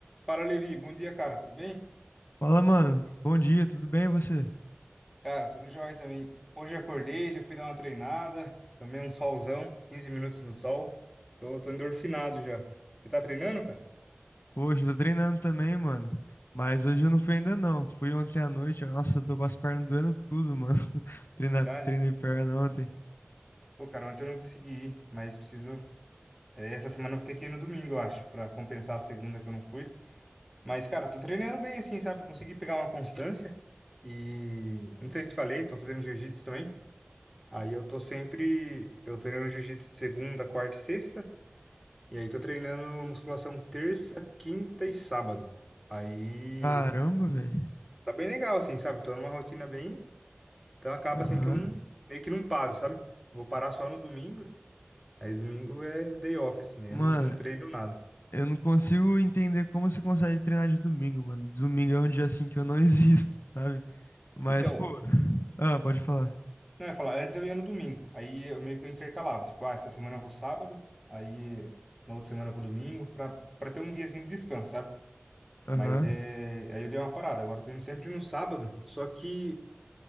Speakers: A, in the centre; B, on the left (about 60°).
A: Fala, Levi. Bom dia, cara. Tudo bem?
B: Fala, mano. Bom dia, tudo bem e você?
A: Cara, tudo jóia também. Hoje eu acordei, já fui dar uma treinada. Também um solzão, 15 minutos no sol. Tô, tô endorfinado já. Você tá treinando, cara?
B: Poxa, eu tô treinando também, mano. Mas hoje eu não fui ainda não. Fui ontem à noite. Nossa, eu tô com as pernas doendo tudo, mano. <laughs> Treinar,
A: Verdade?
B: treinei perna ontem.
A: Pô, cara, ontem eu não consegui ir, mas preciso. é, essa semana eu vou ter que ir no domingo, eu acho, pra compensar a segunda que eu não fui. Mas, cara, eu tô treinando bem assim, sabe? Consegui pegar uma constância. E não sei se falei, tô fazendo jiu-jitsu também. Aí eu tô sempre. Eu treino jiu-jitsu de segunda, quarta e sexta. E aí, tô treinando musculação terça, quinta e sábado. Aí,
B: Caramba, velho.
A: tá bem legal, assim, sabe? Tô numa rotina bem. Então acaba
B: Aham.
A: assim que eu não, meio que não paro, sabe? Vou parar só no domingo. Aí, domingo é o day off, assim, né?
B: Mano,
A: Eu não, não treino nada.
B: eu não consigo entender como você consegue treinar de domingo, mano. Domingo é um dia assim que eu não <laughs> existo, sabe? Mas,
A: Então,
B: pô. Ah, pode falar.
A: não, eu ia falar, antes eu ia no domingo. Aí eu meio que eu intercalava. Tipo, ah, essa semana eu vou sábado. Aí, na outra semana eu vou domingo. Pra, pra ter um dia assim de descanso, sabe?
B: Aham.
A: Mas é. Aí eu dei uma parada. Agora eu tô indo sempre no sábado. Só que.